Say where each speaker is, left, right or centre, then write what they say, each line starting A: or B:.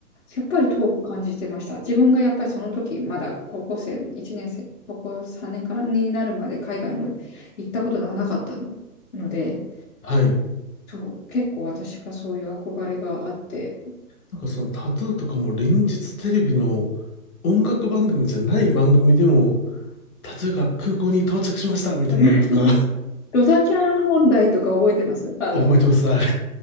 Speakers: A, on the left; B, on the left.
A: やっぱり遠く感じてました。自分がやっぱりその時、まだ高校生、1年生、高校3年かなになるまで海外も行ったことがなかったの、ので、
B: はい。
A: そう、結構私はそういう憧れがあって。
B: なんかそのタトゥーとかも連日テレビの音楽番組じゃない番組でも例えば空港に到着しましたみたいなのとか
A: <laughs> ドタキャン問題とか覚えてますあの、
B: <laughs> 覚えてます。あれ